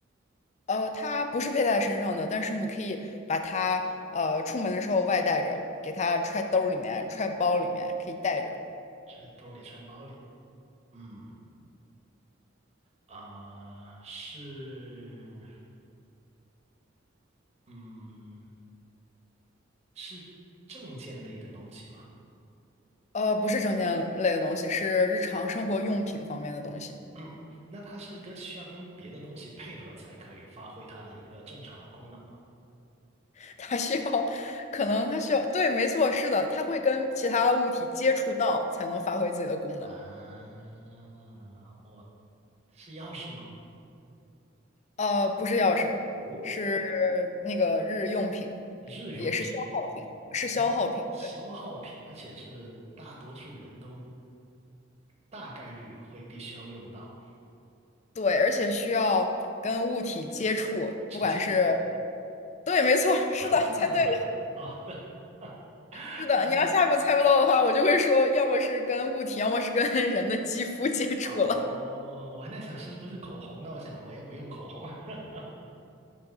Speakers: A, on the left; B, on the right.
A: 呃，它不是佩戴在身上的，但是你可以把它呃出门的时候外带着，给它揣兜儿里面、揣包里面，可以带着。
B: 揣兜里，揣包里。嗯，啊、是，嗯，是证件类的东西吗？
A: 呃，不是证件类的东西，是日常生活用品方面的东西。
B: 嗯，那它是跟需要跟别的东西配合才可以发挥它的一个正常的功能吗？
A: <laughs> 它需要，可能它需要，对，没错，是的，它会跟其他物体接触到才能发挥自己的功能。
B: 啊，我是钥匙吗？
A: 呃，不是钥匙，
B: 哦，
A: 是那个日用品，
B: 日用品，
A: 也是消耗品，是消耗品，
B: 日消耗品，
A: 对
B: 而且是大多数人都大概率会必须要用到
A: 对，而且需要跟物体接触，
B: 纸巾
A: 不管是，对，没错，是的，
B: 啊。
A: 猜对了，
B: 好的，<laughs>
A: 是的。
B: 好的，
A: 你要下一步猜不到的话，我就会说，要么是跟物体，要么是跟人的肌肤接触了。
B: 哦，我还在想是不是口红，那我想我也不用口红。<laughs>